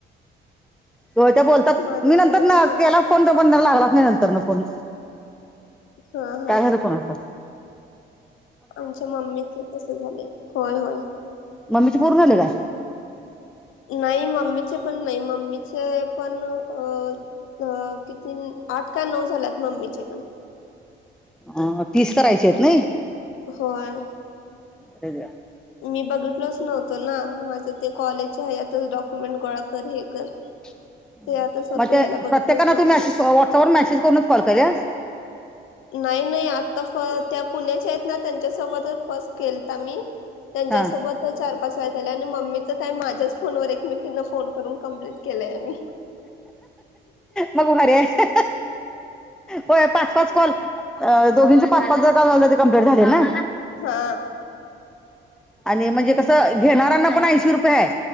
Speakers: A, in the centre; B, on the left.
A: होय त्या बोलतात,
B: माझं
A: मी
B: तर
A: नंतर
B: अजून
A: न
B: झालं
A: केला फोन तो पण लागलाच नाही नंतरन फोन.
B: हा हा
A: काय झालं कोणाच
B: आमच्या मम्मीचं तस झालंय होय होय.
A: मम्मीचे पूर्ण झाले काय?
B: नाही मम्मीचे पण नाही, मम्मीचे पण अ अ किती आठ का नऊ झाल्यात मम्मीचे पण
A: अ तीस करायचे आहेत नई?
B: होय.
A: अरे देवा!
B: मी बघितलोच नव्हतो ना, माझं ते कॉलेज हेज्यातच डॉक्युमेंट गोळा कर हे कर
A: <inaudible>
B: ते आताच होतो
A: मग ते
B: ह्याला बघितलंच
A: प्रत्येकाना
B: नव्हतं
A: तू मसेज व्हॉट्सअपवर मेसेज करूनच कॉल केल्यास?
B: नाही नाही आता फ त्या पुण्याच्या आहेत ना त्यांच्यासोबत फस्ट केेलता मी. त्यांच्यासोबत
A: हा
B: चार पाच व त्याला आणि मम्मीच काय माझ्याच फोनवर एकमेकीना फोन करून कंप्लीट केलंय मी.
A: मग भारी आहे. होय पाच पाच कॉल, दोघींचे पाच पाच जर का झाले तर कंप्लीट झाले ना.
B: हा.
A: आणि म्हणजे कसं घेणाऱ्यांना पण ऐंशी रुपये आहे.